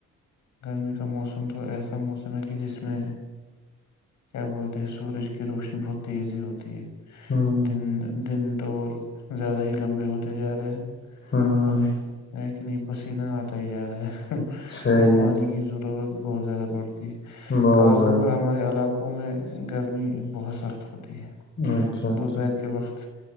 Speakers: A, on the left; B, on the left.
A: گرمی کا موسم تو ایسا موسم ہے کہ جس میں کیا بولتے ہیں سورج کی روشنی بہت تیزی ہوتی ہے
B: ہوں
A: ج دن دور زیادہ ہی لمبے ہوتے جا رہے ہیں
B: ہوں
A: ہاں ایک کت نہیں پسینہ آتا ہی جا رہا ہے
B: صحیح
A: اور پانی
B: ہے
A: کی ضرورت بہت زیادہ اور کی
B: بہت
A: خاص
B: زیادہ
A: طور پر ہمارے علاق عقوں میں گرمی بہت سخت ہوتی ہے ہے
B: اچھا اچھا
A: دوپہر کے وقت